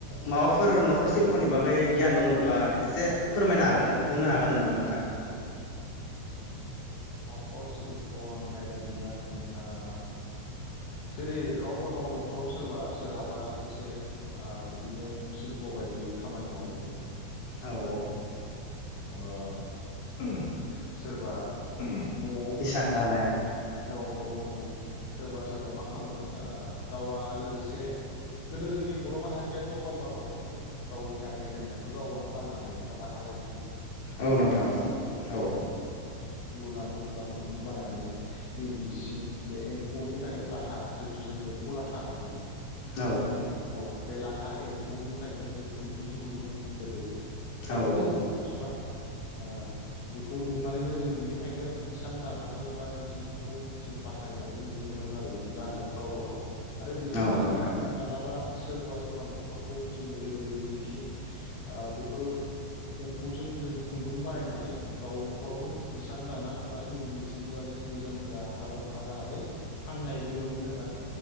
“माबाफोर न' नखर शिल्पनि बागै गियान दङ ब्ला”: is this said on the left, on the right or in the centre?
Left